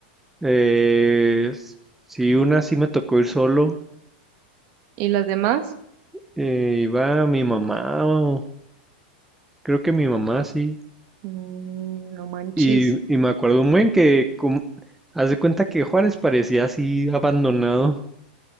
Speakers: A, in the centre; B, on the right (about 45°).
A: eh, sí, una sí me tocó ir solo
B: ¿Y las demás?
A: Eh, iba mi mamá, o- creo que mi mamá sí.
B: Mm, no manches.
A: Y, y me acuerdo un buen que, como, haz de cuenta que Juárez parecía así abandonado.